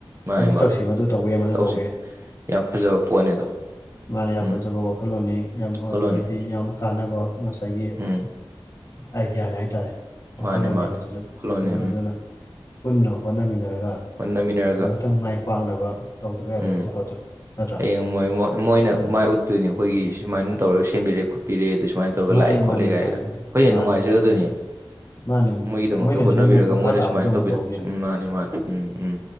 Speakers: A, on the right; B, on the left.
A: ꯃꯥꯅꯦ
B: ꯇꯧꯁꯤ
A: ꯃꯥꯅꯦ
B: ꯇꯧꯁꯤ ꯃꯗꯨ ꯇꯧꯕ ꯌꯥꯏ ꯃꯗꯨ
A: ꯇꯧꯁꯤ
B: ꯇꯧꯕ ꯌꯥꯏ
A: ꯌꯥꯝ ꯐꯖꯕ ꯄꯣꯠꯅꯦꯗꯣ
B: ꯃꯥꯅ ꯌꯥꯝ
A: ꯎꯝ
B: ꯐꯖꯕ ꯋꯥꯈꯜꯂꯣꯟꯅꯤ ꯌꯥꯝ ꯑꯗꯒꯤꯗꯤ
A: ꯍꯣꯠꯂꯣꯅꯦ
B: ꯌꯥꯝ ꯀꯥꯟꯅꯕ ꯉꯁꯥꯏ ꯉꯁꯥꯏꯒꯤ
A: ꯎꯝ
B: ꯑꯥꯏꯗꯤꯌꯥꯅꯦ ꯍꯥꯏꯇꯥꯔꯦ ꯋꯥꯈꯜꯂꯣꯟꯅꯦ
A: ꯃꯥꯅꯦ ꯃꯥꯅꯦ
B: ꯃꯗꯨꯁꯨ
A: ꯍꯣꯠꯂꯣꯅꯦ
B: ꯎꯝ ꯑꯗꯨꯅ ꯄꯨꯟꯅ ꯍꯣꯠꯅꯃꯤꯟꯅꯔꯒ
A: ꯑꯣꯟꯅ ꯃꯤꯅ
B: ꯑꯃꯨꯛꯇꯪ ꯃꯥꯏ ꯄꯥꯛꯅꯕ ꯇꯧꯗꯕ ꯌꯥꯗꯦꯕ
A: ꯎꯝ
B: ꯑꯗꯨ ꯄꯣꯠꯇꯣ ꯅꯠꯇ꯭ꯔꯥ
A: ꯍꯌꯦꯡ ꯃꯣꯏ ꯃꯣꯏꯅ
B: ꯎꯝ
A: ꯃꯥꯏ ꯎꯠꯇꯣꯏꯅꯤ ꯑꯩꯈꯣꯏꯒꯤ ꯁꯨꯃꯥꯏꯅ ꯇꯧꯔꯒ ꯁꯦꯝꯕꯤꯔꯛꯑꯦ ꯄꯤꯔꯛꯑꯦ ꯑꯗꯨ ꯁꯨꯃꯥꯏꯅ ꯇꯧꯔꯒ
B: ꯃꯥꯅꯦ
A: ꯂꯥꯛꯑꯦ ꯈꯣꯠꯂꯦ
B: ꯃꯥꯅꯦ
A: ꯀꯥꯏꯒꯅ
B: ꯃꯥꯅꯦ
A: ꯍꯣꯏ ꯍ
B: ꯃꯥꯅꯦ
A: ꯅꯨꯡꯉꯥꯏꯖꯒꯗꯣꯏꯅꯦ
B: ꯑꯗꯩ ꯃꯥꯅꯦ
A: ꯃꯣꯏꯒꯤꯗꯃꯛꯇ
B: ꯃꯣꯏꯅꯁꯨ
A: ꯍꯣꯠꯅꯕꯤꯔꯒ
B: ꯑꯃꯨꯛ ꯃꯈꯥ
A: ꯃꯣꯏꯅ
B: ꯇꯥꯕꯗ
A: ꯁꯨꯃꯥꯏꯅ
B: ꯑꯃꯨꯛ
A: ꯇꯧꯕꯤꯔꯛꯄ
B: ꯇꯧꯍꯧꯗꯣꯏꯅꯤ
A: ꯎꯝ ꯃꯥꯅꯤ ꯃꯥꯅꯤ ꯎꯝ ꯎꯝ